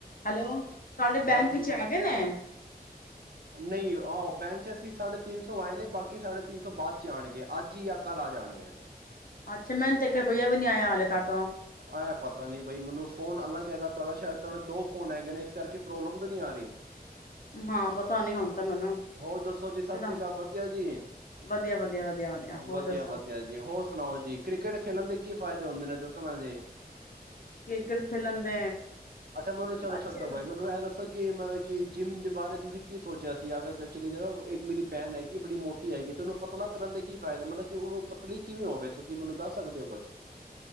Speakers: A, on the left (about 60°); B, on the right (about 70°).
A: Hello ਤੁਹਾਡੇ
B: ਹਾਂਜੀ
A: bank ਚ ਆ ਗਏ ਨੇ
B: ਨਹੀਂ ਆਹ ਬੈਂਕ ਚ ਅਸੀਂ ਸਾਢੇ ਤਿੰਨ ਸੌ ਆਏ ਨੇ ਬਾਕੀ ਸਾਢੇ ਤਿੰਨ ਸੌ ਬਾਅਦ ਚ ਆਉਣਗੇ ਅੱਜ ਹੀ ਜਾਂ ਕੱਲ੍ਹ ਆ ਜਾਣਗੇ
A: ਅੱਛਾ ਮੈਨੂੰ ਇੱਕ ਰੁਪਈਆ ਵੀ ਨਹੀ ਆਇਆ ਹਾਲੇ ਤੱਕ
B: ਐ ਪਤਾ ਨੀ ਬਈ ਮੈਨੂੰ ਫੋਨ ਅਲੱਗ ਹੈਗਾ ਤੁਹਾਡਾ ਸ਼ਾਇਦ ਤੁਡੇ ਦੋ ਫੋਨ ਹੈਗੇ ਨੇ ਇਸ ਕਰਕੇ ਪ੍ਰੋਬਲਮ ਤਾਂ ਨਹੀਂੀ ਆ ਰਹੀ
A: ਹਾਂ, ਪਤਾ ਨੀ ਹੁਣ ਤਾਂ ਮੈਨੂੰ
B: ਹੋਰ ਦੱਸੋ ਜੀ ਸਤਿ
A: ਚਲੋ
B: ਸ੍ਰੀ ਅਕਾਲ ਵਧੀਆ ਜੀ
A: ਵਧੀਆ, ਵਧੀਆ, ਵਧੀਆ, ਹੋਰ
B: ਵਧੀਆ
A: ਦੱਸੋ?
B: ਵਧੀਆ ਜੀ ਹੋਰ ਸੁਣਾਓ ਜੀ ਕ੍ਰਿਕਟ ਖੇਲਣ ਦੇ ਕੀ ਫ਼ਾਇਦੇ ਹੁੰਦੇ ਨੇ ਤਾਂ ਜੀ <unintelligible>
A: ਕ੍ਰਿਕਟ ਖੇਲਣ ਦੇ
B: ਅੱਛਾ ਮੈਨੂੰ ਚਲੋ
A: ਬਾਦ
B: ਛੱਡੋ
A: ਛੇ ਨੂੰ
B: ਬਾਈ ਮੈਨੂੰ ਇਹ ਦੱਸੋ ਕਿ ਮਤਲਬ ਕਿ ਜਿੰਮ ਦੇ ਬਾਰੇ ਤੁਸੀਂ ਕੀ ਸੋਚਿਆ ਸੀ ਅਗ ਚਚਲੀ ਜ ਇੱਕ ਮੇਰੀ ਭੈਣ ਹੈਗੀ ਬੜੀ ਮੋਟੀ ਹੈਗੀ ਤੇ ਉਹਨੂੰ ਪਤਲਾ ਕਰਨ ਦੇ ਕੀ ਫਾਇਦੇ ਮਤਲਬ ਕਿ ਉਹਨੂੰ ਪਤਲੀ ਕਿਵੇਂ ਹੋਵੇ ਤੁਸੀਂ ਮੈਨੂੰ ਦੱਸ ਸਕਦੇ ਹੋ ਕੁਛ